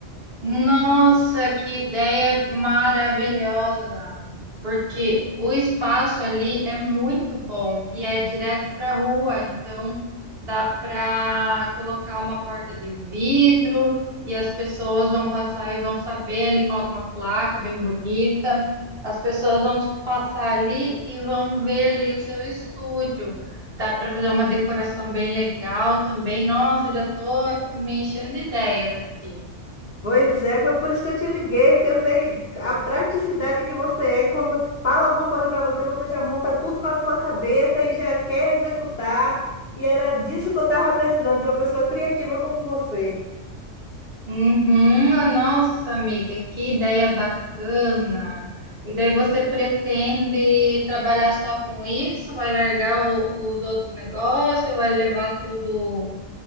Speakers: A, on the right (about 55°); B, on the left (about 55°).
A: Nossa, que ideia maravilhosa! Porque o espaço ali é muito bom e é direto para a rua, então dá para colocar uma porta de vidro e as pessoas vão passar e vão saber. Ali coloca uma placa bem bonita, as pessoas vão passar ali e vão ver ali o seu estúdio. Dá para fazer uma decoração bem legal também. Nossa, já estou me enchendo de ideias aqui.
B: Pois é, foi por isso que eu te liguei, que eu sei a praticidade que você é. Quando eu falo alguma coisa para você, você já monta tudo na sua cabeça e já quer executar. E era disso que eu estava precisando, de uma pessoa criativa como você.
A: Uhum, Ah, nossa, amiga, que ideia bacana. E daí você pretende trabalhar só com isso? Vai largar o- os outros negócios? Vai levar tudo,